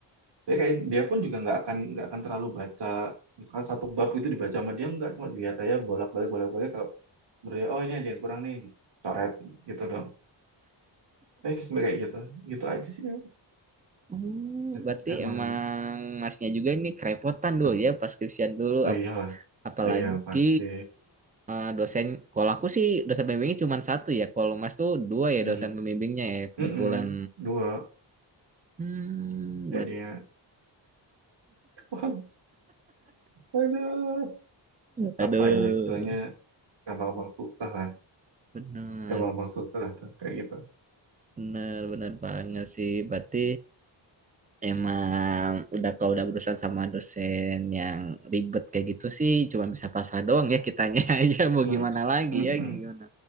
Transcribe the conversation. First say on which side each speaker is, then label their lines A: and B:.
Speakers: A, on the right; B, on the right.
A: Dia kayak dia pun juga nggak akan nggak akan terlalu baca misalkan satu bab gitu dibaca sama dia nggak cuma dilihat aja bolak-balik bolak-balik kalau menurut dia, oh ini ada yang kurang nih dicoret gitu dong. Eh sampai kayak gitu gitu aja sih. ya.
B: Oh,
A: Nah,
B: berarti
A: Emang
B: emang masnya juga ini kerepotan dulu ya pas skripsian dulu
A: oh
B: Ap-
A: iyalah
B: apalagi
A: iya pasti.
B: eh, dosen kalau aku sih dosen pembimbingnya cuman satu ya. Kalau Mas tuh dua ya
A: Hmm.
B: dosen pembimbingnya ya kebetulan.
A: Mm-mm. Dua
B: Hmm,
A: jadinya.
B: berarti
A: <laughs> Wah, Aduh.
B: aduh,
A: Apa ya istilahnya gampang-gampang susah lah.
B: benar,
A: Gampang-gampang susah lah tuh kayak gitu.
B: benar, benar banget sih. Berarti Emang udah kalau udah berurusan sama dosen yang ribet kayak gitu sih cuma bisa pasrah doang ya kitanya <laughs> aja mau
A: Mm.
B: gimana lagi
A: Mm-mm.
B: ya gimana.